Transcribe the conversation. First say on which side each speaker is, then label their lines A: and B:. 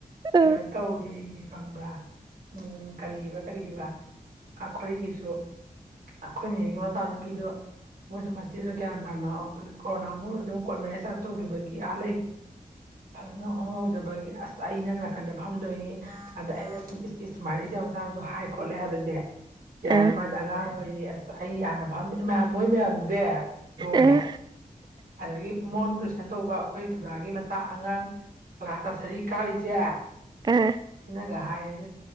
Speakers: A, on the right; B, on the right.
A: ꯀꯩꯅꯣ
B: ꯎꯝ
A: ꯇꯧꯋ ꯈꯪꯕ꯭ꯔꯥ ꯎꯝ ꯀꯔꯤꯕ ꯀꯔꯤꯕ ꯑꯩꯈꯣꯏꯒꯤꯁꯨ ꯑꯩꯈꯣꯏꯅꯤꯒꯤ ꯃꯆꯥꯅꯨꯄꯤꯗꯨ ꯃꯣꯏꯁꯨ ꯃꯆꯦꯗ ꯒ꯭ꯌꯥꯟ ꯇꯥꯅ ꯀꯣꯔꯣꯅꯥ ꯑꯗꯨꯝ ꯀꯣꯔꯠ ꯃꯦꯔꯦꯖ ꯑ ꯇꯧꯈꯤꯕꯒꯤ ꯑꯥ ꯐꯖꯅ ꯍꯣꯡꯍꯧꯗꯕꯒꯤ ꯑꯁ ꯑꯩ ꯅꯪ ꯅꯥꯀꯟꯗ ꯐꯝꯗꯣꯏꯅꯤ ꯑꯗ ꯑꯩꯅ ꯁꯨꯃꯥꯏꯅ ꯏꯆꯆꯥ ꯃꯆꯥꯁꯨ ꯍꯥꯏ ꯈꯣꯠꯂꯦ ꯍꯥꯏꯕꯁꯦ ꯌꯥꯔꯦ
B: ꯑꯥ
A: ꯃꯥꯗꯤ ꯑꯉꯥꯡ ꯑꯣꯏꯔꯤ ꯑꯁ ꯑꯩ ꯌꯥꯝꯅ ꯐꯥꯝꯖꯩ ꯃꯌꯥꯝ ꯃꯣꯏ ꯃꯌꯥꯝꯁꯦ ꯂꯣꯏꯔꯦ
B: ꯑꯥ
A: ꯑꯗꯨꯗꯒꯤ ꯃꯣꯟꯨ ꯇ꯭ꯔꯤꯁꯟ ꯇꯧꯕ ꯑꯩꯈꯣꯏ ꯑꯗꯥꯒꯤ ꯃꯆꯥ ꯑꯉꯥꯡ ꯀ꯭ꯂꯥꯁ ꯅꯁꯔꯤ ꯀꯥꯔꯤꯁꯦ
B: ꯑꯥ
A: ꯁꯤꯅ ꯑꯗ ꯍꯥꯏꯔꯁꯦ